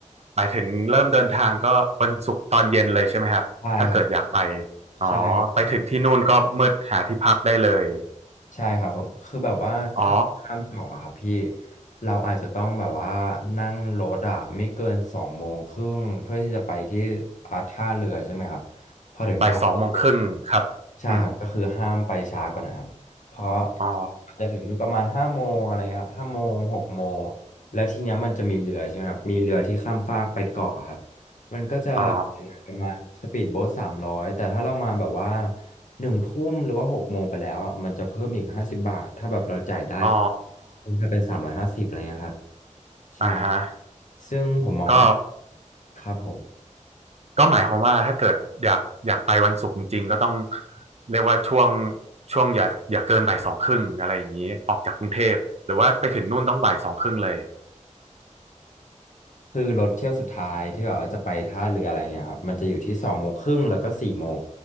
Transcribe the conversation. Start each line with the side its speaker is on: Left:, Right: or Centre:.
Right: หมายถึงเริ่มเดินทางก็วันศุกร์ตอนเย็นเลยใช่ไหมครับถ้าเกิดอยากไป
Left: ใช่ครับ
Right: อ๋อไปถึงที่นู่นก็มืดหาที่พักได้เลย
Left: ใช่ครับ ใช่ครับผมคือแบบว่าถ้าแบบข้ามเกาะอะครับพี่
Right: อ๋อ
Left: เราอาจจะต้องแบบว่านั่งรถอะไม่เกินสองโมงครึ่งเพื่อที่จะไปที่อ่าท่าเรือใช่ไหมครับพอถึงท่าเรือเสร็จ
Right: บ่ายสองโมงครึ่งครับอืม
Left: ใช่ครับก็คือห้ามไปช้ากว่านั้นครับเพราะอาจจะถึงนู่นประมาณห้าโมงอะไรเงี้ยครับห้าโมงหกโมง
Right: อ๋อ
Left: แล้วทีเนี้ยมันจะมีเรือใช่ไหมครับมีเรือที่ข้ามฟากไปเกาะครับ มันก็จะเสียเงินประมาณสปีดโบ๊ทสามร้อยแต่ถ้าเรามาแบบว่า
Right: อ๋อ
Left: หนึ่งทุ่มหรือว่าหกโมงไปแล้วอ่ะมันจะเพิ่มอีกห้าสิบบาทถ้าแบบเราจ่ายได้ก็
Right: อ๋อ
Left: มันจะเป็นสามร้อยห้าสิบอะไรเงี้ยครับใช่
Right: อ่าฮะ
Left: ซึ่งผมมองว่า
Right: ก็
Left: ครับผม
Right: ก็หมายความว่าถ้าเกิดอยากอยากไปวันศุกร์จริงๆก็ต้องเรียกว่าช่วงช่วงอย่าอย่าเกินบ่ายสองครึ่งอะไรอย่างนี้ออกจากกรุงเทพหรือว่าไปถึงนู่นต้องบ่ายสองครึ่งเลย
Left: คือรถเที่ยวสุดท้ายที่แบบว่าจะไปท่าเรืออะไรเงี้ยครับมันจะอยู่ที่สองโมงครึ่งแล้วก็สี่โมง